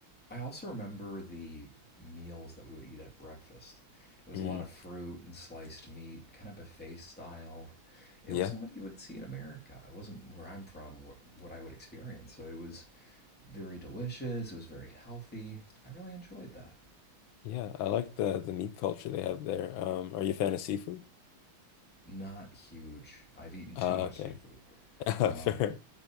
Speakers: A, in the centre; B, on the left (about 75°).
A: I also remember the meals that we would eat at breakfast. It was
B: mm,
A: a lot of fruit and sliced meat, kind of buffet style. It
B: yeah,
A: wasn't what you would see in America. It wasn't where I'm from, wh- what I would experience. So it was very delicious. It was very healthy. I really enjoyed that.
B: yeah, I like the the meat culture they have there. Um, are you a fan of seafood?
A: Not huge. I've eaten too
B: Uh,
A: much
B: okay,
A: seafood. Um,
B: <laughs> fair.